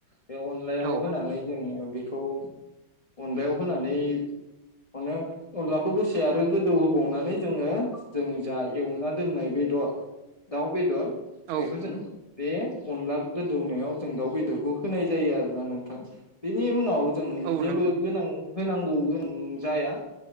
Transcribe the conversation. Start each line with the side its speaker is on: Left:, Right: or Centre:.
Left: बे अनलायाव
Right: औ
Left: होनानै जों बेखौ अनलायाव होनानै अनो अनलाखौ दसे आरो गोदौ होबावनानै जोङो जों जा एवना दोननाय बेदर दाउ बेदर
Right: औ
Left: बेखौ जों बे अनला गोदौनायाव जों दाउ बेदरखौ होनाय जायो आरोना नोंथां। बेनि उनाव जों
Right: औ
Left: जेबो
Right: नंगौ
Left: गोनां होनांगौ गो जाया